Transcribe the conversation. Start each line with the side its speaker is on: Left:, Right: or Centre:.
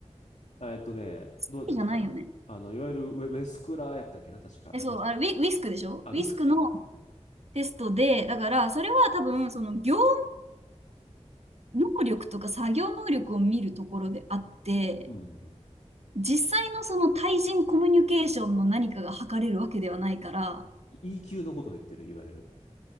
Left: えっとね、
Right: チティーじゃないよね。
Left: どうだったかな。あの、いわゆるウェスクラーやったっけな、確か。
Right: え、そう、あれ、ウィ、ウィスクでしょウィスクの
Left: あ、ウィスクか。うん。
Right: テストで、だから、それは多分、その業務能力とか作業能力を見るところであって、
Left: うん、うん。
Right: 実際のその対人コミュニケーションの何かが測れるわけではないから、
Left: E- q のことを言ってる、いわゆる。